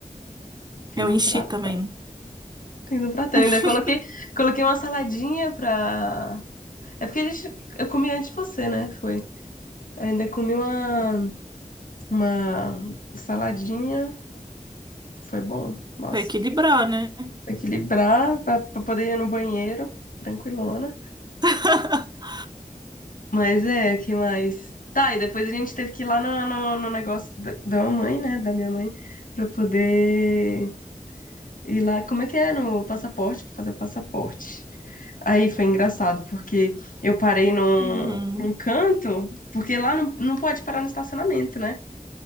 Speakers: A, on the left; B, on the right.
A: Fiz
B: Eu enchi
A: um prato
B: também.
A: Fiz um pratão,
B: <laughs>
A: ainda coloquei, coloquei uma saladinha pra, É porque a gente, eu comi antes de você, né? Foi. Ainda comi uma, uma saladinha. Foi bom. Nossa.
B: Pra equilibrar, né?
A: Equilibrar pra, pra poder ir no banheiro. Tranquilona.
B: <laughs>
A: Mas é, que mais? Tá, e depois a gente teve que ir lá no, no, no negócio da, da mamãe, né? Da minha mãe. Pra poder ir lá. Como é que é? No passaporte? Pra Fazer o passaporte. Aí foi engraçado, porque eu parei num,
B: Uhum.
A: num canto, porque lá não, não pode parar no estacionamento, né?